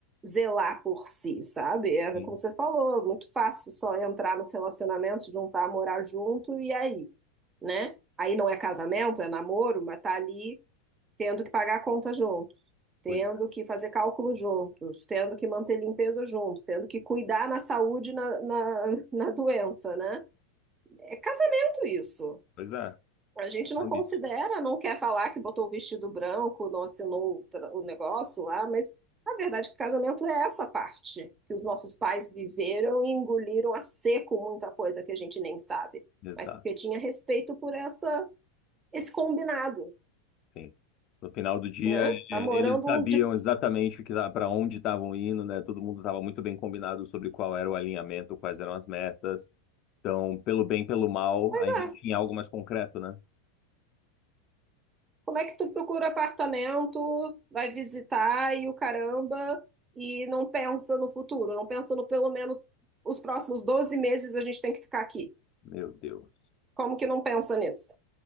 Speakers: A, on the right (about 20°); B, on the left (about 40°).
A: zelar por si, sabe? É
B: Sim,
A: como você falou, muito fácil só entrar nos relacionamentos, juntar, morar junto e aí, né? Aí não é casamento, é namoro, mas tá ali tendo que pagar a conta juntos, tendo
B: pois,
A: que fazer cálculo juntos, tendo que manter limpeza juntos, tendo que cuidar na saúde e na, na, <laughs> na doença, né? É casamento isso.
B: pois é,
A: A gente não
B: compromisso.
A: considera, não quer falar que botou o vestido branco, não assinou o tra- o negócio lá, mas a verdade é que casamento é essa parte, que os nossos pais viveram e engoliram a seco muita coisa que a gente nem sabe,
B: Exato,
A: mas porque tinha respeito por essa esse combinado,
B: sim. No final do dia,
A: né? Tá
B: é,
A: morando
B: eles sabiam
A: um de...
B: exatamente para onde estavam indo, né? Todo mundo estava muito bem combinado sobre qual era o alinhamento, quais eram as metas. Então, pelo bem, pelo mal,
A: Pois
B: ainda
A: é,
B: tinha algo mais concreto, né?
A: como é que tu procura apartamento, vai visitar e o caramba, e não pensa no futuro, não pensa no pelo menos os próximos 12 meses a gente tem que ficar aqui.
B: Meu Deus.
A: Como que não pensa nisso?